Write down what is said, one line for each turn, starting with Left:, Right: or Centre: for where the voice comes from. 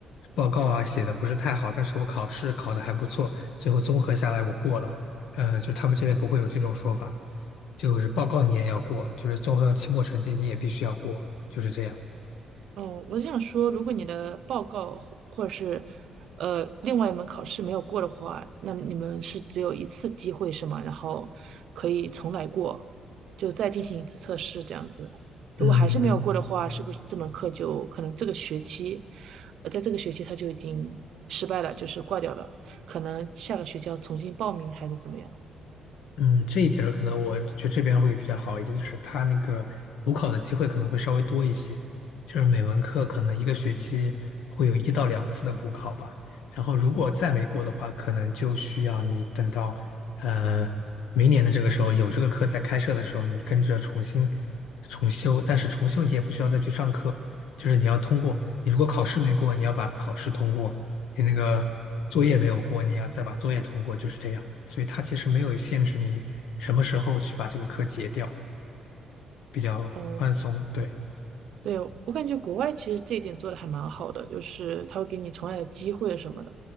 Left: 报告啊写的不是太好，但是我考试考的还不错，最后综合下来我过了。呃，就他们这边不会有这种说法，就是报告你也要过，就是综合期末成绩你也必须要过，就是这样。
Right: 嗯，我想说，如果你的报告或或者是呃另外一门考试没有过的话，那你们是只有一次机会是吗？然后可以重来过，就再进行一次测试这样子。
Left: 嗯，
Right: 如果还是没有过的话，是不是这门课就可能这个学期，呃，在这个学期它就已经失败了，就是挂掉了，可能下个学期要重新报名还是怎么样？
Left: 嗯，这一点儿可能我觉得这边会比较好一点，就是它那个补考的机会可能会稍微多一些，就是每门课可能一个学期会有一到两次的补考吧。然后如果再没过的话，可能就需要你等到呃明年的这个时候有这个课在开设的时候，你跟着重新重修，但是重修你也不需要再去上课，就是你要通过，你如果考试没过，你要把考试通过；你那个作业没有过，你要再把作业通过，就是这样。所以它其实没有限制你什么时候去把这个课结掉，比较宽松。
Right: 哦，
Left: 对，
Right: 对，我感觉国外其实这一点做的还蛮好的，就是他会给你重来的机会什么的。